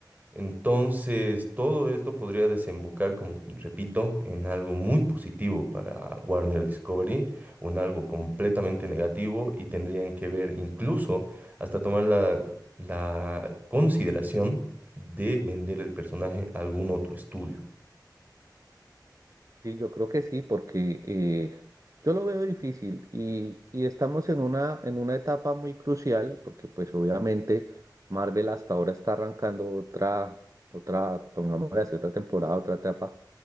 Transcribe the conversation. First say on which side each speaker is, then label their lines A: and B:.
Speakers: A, on the right; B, on the right.
A: Entonces, todo esto podría desembocar, como repito, en algo muy positivo para Warner Discovery o en algo completamente negativo y tendrían que ver incluso hasta tomar la, la consideración de vender el personaje a algún otro estudio.
B: Sí, yo creo que sí, porque eh, yo lo veo difícil y, y estamos en una, en una etapa muy crucial, porque pues obviamente Marvel hasta ahora está arrancando otra, otra, pongámosle así, otra temporada, otra etapa.